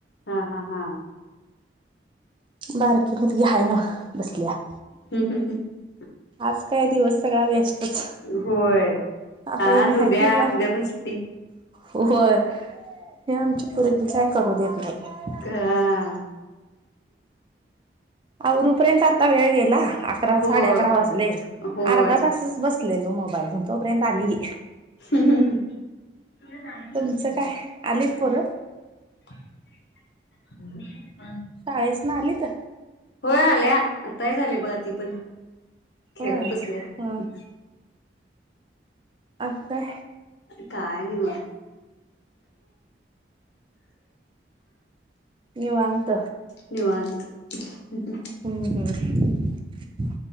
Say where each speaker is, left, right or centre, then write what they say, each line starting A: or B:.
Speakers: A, on the left; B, on the right.
A: हा हा हा
B: बार कि मोत घ आहेय ना बसल्या
A: हम्म हम ह
B: आज काय दिवस सगळा बेस्टच
A: होय
B: आता
A: आज
B: हे म
A: उद्या
B: आहेत म्हटल्या
A: उद्या पण सुट्टी
B: होय हे आमची भरगी काय करू देत नाही
A: हं
B: आवरपर्यंत आता वेळ गेला अकरा
A: होय
B: साडे अकरा वाजले
A: होय
B: अर्धा तासच बस दिलेलो मोबाईल घेऊन तोपर्यंत आली
A: हम्म
B: तुमचं
A: ह
B: काय आलीत पोरं?
A: हो
B: शाळेस ना आली तर
A: होय आल्या आताही झाले बघा ती पण खेळत
B: होय हा
A: बसल्या
B: आच्छ
A: काय नाही म
B: निवांत
A: निवात ह ह
B: हम्म हम्